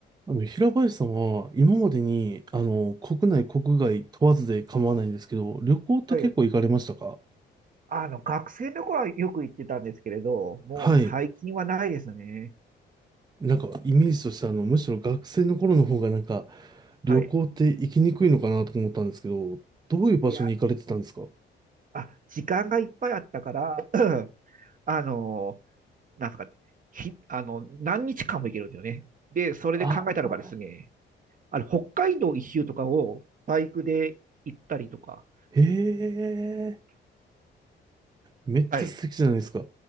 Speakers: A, on the right; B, on the right.
A: あの、平林さんは今までに、あの、国内、国外問わずで構わないんですけど、旅行って結構行かれましたか
B: はい。あの、学生の頃はよく行ってたんですけれど、もう最近はないですね。
A: はい。なんか、イメージとしてあの、むしろ学生の頃の方がなんか、旅行って行きにくいのかなと思ったんですけど、
B: はい。
A: どういう場所に行かれてたんですか
B: いや、あ、時間がいっぱいあったから、<clears throat> あの、なんすかね、ひ、あの、何日間も行けるんですよね。で、それで考えたのがですね、
A: ああ
B: あの、北海道一周とかをバイクで行ったりとか、
A: ー。へえ、めっちゃ素敵じゃないですか。
B: はい。